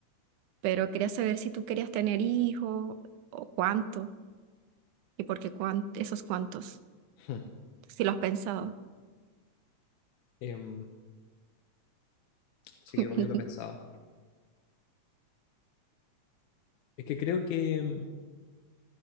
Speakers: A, on the right (about 85°); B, on the left (about 80°).
A: pero quería saber si tú querías tener hijos o cuánto y por qué cuán- esos cuántos,
B: <laughs>
A: si lo has pensado.
B: Em, sí,
A: <laughs>
B: obvio lo he pensado. Es que creo que, em,